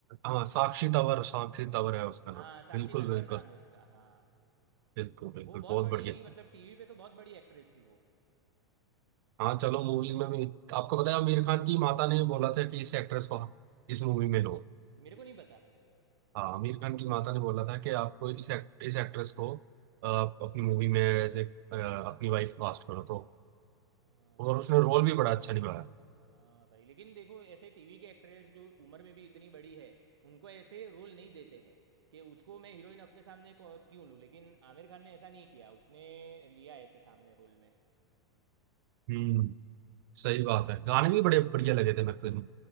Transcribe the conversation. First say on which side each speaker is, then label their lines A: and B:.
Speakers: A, on the right; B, on the right.
A: हाँ साक्षी तंवर साक्षी तंवर है उसका नाम
B: हाँ साक्षी
A: बिल्कुल
B: तन्वर
A: बिल्कुल
B: नाम है उसका हाँ
A: बिल्कुल बिल्कुल
B: वो बहुत
A: बहुत
B: बड़ी
A: बढ़िया
B: मतलब टीवी पे तो बहुत बड़ी एक्ट्रेस थी वो
A: हाँ चलो मूवीज में भी आपको पता है आमिर खान की माता ने बोला था कि इस एक्ट्रेस को इस मूवी में लो
B: मेरे को नहीं पता
A: हाँ आमिर खान की माता ने बोला था कि आपको इस एक्ट, इस एक्ट्रेस को अ, आप अपनी मूवी में एज ए अपनी वाइफ कास्ट करो तो
B: हाँ
A: और
B: भाई
A: उसने रोल भी बड़ा अच्छा निभाया
B: हाँ भाई लेकिन देखो ऐसे टीवी के एक्ट्रेस जो उम्र में भी इतनी बड़ी है उनको ऐसे रोल नहीं देते हैं कि उसको मैं हीरोइन अपने सामने को- क्यों लूँ लेकिन आमिर खान ने ऐसा नहीं किया उसने लिया ऐसे सामने रोल में
A: हम्म सही बात है गाने भी बड़े बढ़िया लगे थे मेरे को इसमें।